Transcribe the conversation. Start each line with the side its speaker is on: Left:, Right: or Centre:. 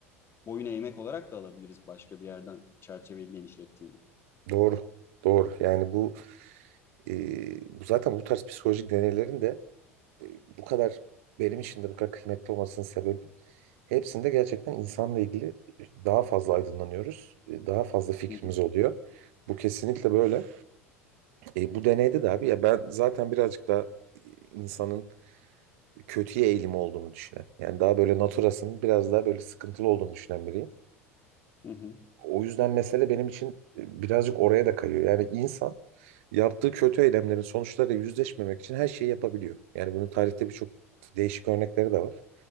Left: boyun eğmek olarak da alabiliriz başka bir yerden çerçeveyi genişlettiğinde.
Right: Doğru. Doğru. Yani bu e, bu zaten bu tarz psikolojik deneylerin de e, bu kadar benim için de bu kadar kıymetli olmasının sebebi hepsinde gerçekten insanla ilgili daha fazla aydınlanıyoruz. E, Daha fazla fikrimiz
Left: Hı hı,
Right: oluyor. Bu kesinlikle böyle. E, bu deneyde de abi ya ben zaten birazcık daha e, insanın kötüye eğilimi olduğunu düşünen. Yani daha böyle naturasının biraz daha böyle sıkıntılı olduğunu düşünen biriyim.
Left: hı hı.
Right: O yüzden mesele benim için e, birazcık oraya da kayıyor. Yani insan yaptığı kötü eylemlerin sonuçlarıyla yüzleşmemek için her şeyi yapabiliyor. Yani bunun tarihte birçok değişik örnekleri de var.